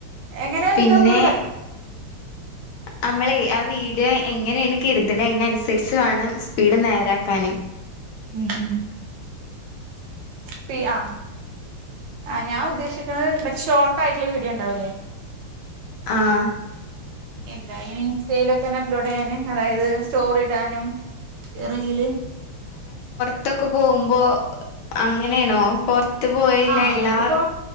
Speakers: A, on the right; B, on the left.
A: എങ്ങനെയ
B: പിന്നെ
A: എന്തോ ഒന്ന്കൂടി പറയാം
B: നമ്മളെ ആ വീഡിയോ എങ്ങനെയാണ് കരുതുന്നത് അതിനനുസരിച്ച് വേണം സ്പീഡ് നേരാക്കൻ
A: ഉം ഉം പി ആ ആ ഞാൻ ഉദ്ദേശിക്കുന്നത് മറ്റ ഷോർട്ട് ആയിട്ടുള്ള വീഡിയോ ഉണ്ടാവല്ലേ
B: ആഹ്
A: എന്താ ഇനി ഇൻസ്റ്റയിലൽ ഒക്കെന്നെ അപ്ലോഡ് ചെയ്യാന് അതായത് സ്റ്റോറി ടാനും റീല്
B: ത്തൊക്കെ പോകുമ്പോ അങ്ങനെയാണോ പൊറത്ത് പോയില്ല
A: ആഹ്
B: എല്ലാ
A: നമ്മളിപ്പോ